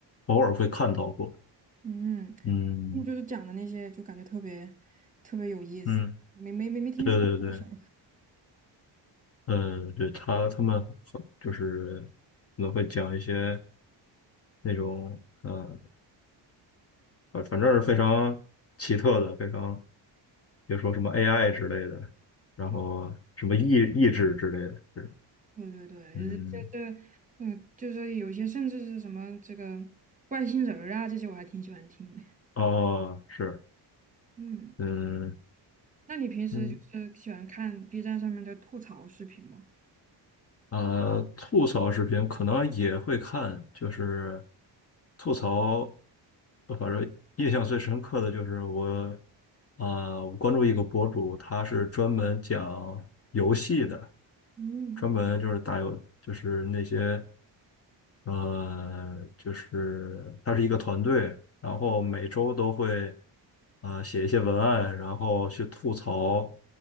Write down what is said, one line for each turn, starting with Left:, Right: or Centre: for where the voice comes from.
Left: 偶尔会看到过。
Right: 嗯。
Left: 嗯
Right: 他们就是讲的那些，就感觉特别特别有意思，
Left: 嗯，
Right: 没没没没听说过。
Left: 对对对。
Right: 像
Left: 嗯，对，他他们很就是可能会讲一些那种呃，反反正是非常奇特的，非常比如说什么 AI 之类的，然后什么意意志之类的，
Right: <laughs>
Left: 是
Right: 对对对，
Left: 嗯，
Right: 这这嗯，就是有些甚至是什么这个外星人儿啊，这些我还挺喜欢听的。
Left: 哦，是，
Right: 嗯，
Left: 嗯
Right: 那你平时就是喜欢看
Left: 嗯，
Right: B 站上面的吐槽视频吗？
Left: 呃，吐槽视频可能也会看，就是吐槽，呃反正印象最深刻的就是我，啊、我关注一个博主，他是专门讲游戏的，
Right: 嗯，
Left: 专门就是打游，就是那些，呃，就是他是一个团队，然后每周都会，啊、写一些文案，然后去吐槽，